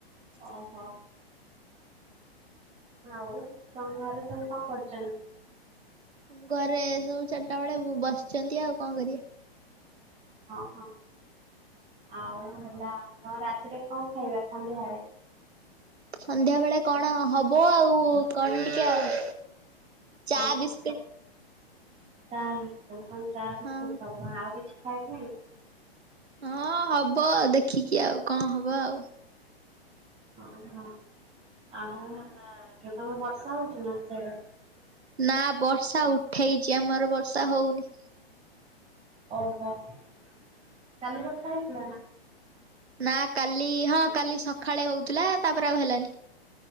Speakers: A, on the right; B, on the right.
A: ଓହ। ଆଉ ତମ ଘରେ ସବୁ କଣ କରୁଚନ୍ତି?
B: ଘରେ ସବୁ ଚାରିଟା ବେଳେ ବ ବସିଚନ୍ତି ଆଉ କଣ କରିବେ।
A: ହଁ ହଁ ଆଉ ହେଲା ତମ ରାତିରେ କଣ ଖାଇବା ସନ୍ଧ୍ୟା ଵେଳେ?
B: ସନ୍ଧ୍ୟାବେଳେ କଣ ହବ ଆଉ କଣ ଟିକେ ଆଉ। ଚା
A: ହଁ ହଁ
B: ବିସ୍କିଟ୍।
A: ଚା ବିସ୍କୁଟ୍ କଣ ଚା ବିସ୍କୁଟ୍
B: ହଁ
A: ଖାଉଚ କଣ ଆଉ କିଛି ଖାୟାକୁ ନାହିଁ?
B: ହଁ ହବ ଦେଖିକି ଆଉ କଣ ହବ ଆଉ।
A: ଓହୋ ଆଉ ହେଲା ଯୋଉ ତମର ବର୍ଷା ହଉଚି ନା ସିଆଡେ?
B: ନା ବର୍ଷା ଉଠେଇଚି ଆମର ବର୍ଷା ହଉନି।
A: ଓହୋ କାଲି ବର୍ଷା ହେଇଥିଲା ନା?
B: ନା କାଲି ହଁ କାଲି ସକାଳେ ହଉଥିଲା, ତାପରେ ଆଉ ହେଲାନି।